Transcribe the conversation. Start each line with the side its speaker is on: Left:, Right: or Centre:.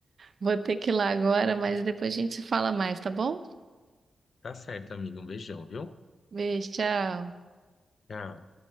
Right: Vou ter que ir lá agora, mas depois a gente se fala mais, tá bom?
Left: Tá certo, amigo. Um beijão, viu?
Right: Beijo, tchau.
Left: Tchau.